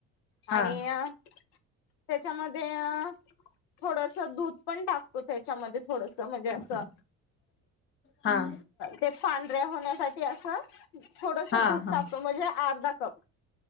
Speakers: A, on the left; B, on the left.
A: हा
B: आणि अ... त्याच्यामध्ये अ थोडसं दूध पण टाकतो, त्याच्यामध्ये थोडसं म्हणजे असं
A: हां.
B: ते फांडऱ्या होण्यासाठी असं थोडसं
A: हा
B: दूध
A: हा
B: टाकतो, म्हणजे अर्धा कप.